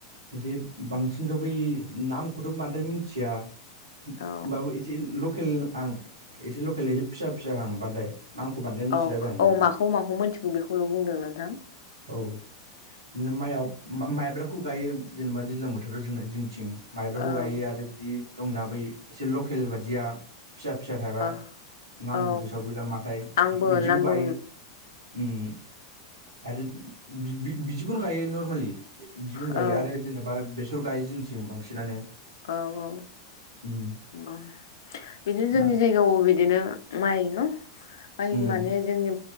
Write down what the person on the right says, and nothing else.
एसे बांसिनथ' बै नामखौथ' बांद्राय मिथिया होमबाबो
एसे लकेल आं एसे लकेल एसे फिसा फिसा हां बांदाय नामखौ बांद्राय मिथिलाबाया
आं
औ नो माइआव माइ माइब्राखौ गायो जेनेबा दैज्लां बोथोराव जोंना जोंथिं माइब्राखौ
गायो आरो बिदि दंना बै एसे लकेल बादिया फिसा फिसा थायबा
नांगौ
गोसााव गैला माथाय
बिदिखौ
गायो उम आरो बि बि बिदिखौनो गायो नर्मेलि बिदिखौनो
गायो आरो जेनेबा बे फोरखौ गायो जोंनिथिं बांसिनानो।
उम
ओ-
उम